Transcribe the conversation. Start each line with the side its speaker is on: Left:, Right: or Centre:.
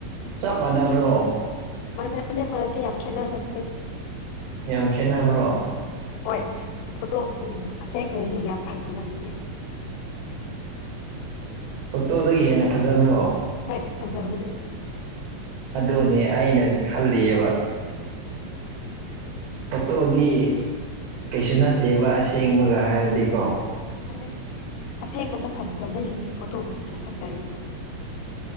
Right: ꯆꯞ ꯃꯥꯟꯅꯕ꯭ꯔꯣ
Left: ꯃꯅꯥꯦ ꯃꯗꯤ ꯑꯈꯌꯥ ꯅꯟꯅꯤ
Right: ꯌꯥꯝ ꯈꯦꯠꯅꯕ꯭ꯔꯣ
Left: ꯍꯣꯏ ꯐꯣꯇꯣꯛ ꯑꯁꯦꯡꯕꯣꯏ ꯃꯤ ꯌꯥꯝ ꯐꯪꯂꯝꯕꯅꯦ
Right: ꯐꯣꯇꯣꯗꯒꯤ ꯍꯦꯟꯅ ꯐꯖꯕ꯭ꯔꯣ
Left: ꯍꯥꯏꯥꯏ ꯐꯗꯕꯦ
Right: ꯑꯗꯨꯅꯦ ꯑꯩꯅ ꯈꯜꯂꯤꯑꯕ ꯍꯠꯇꯣꯗꯤ ꯀꯩꯁꯨ ꯅꯠꯇꯦꯕ ꯑꯁꯦꯡꯕꯒ ꯍꯥꯏꯔꯗꯤꯀꯣ
Left: ꯍ ꯑꯁꯦꯡꯕꯗꯣ ꯐꯖꯕꯒꯤꯅꯤ ꯐꯣꯇꯣꯗꯨꯁꯨ ꯐꯖꯔꯤꯦꯗ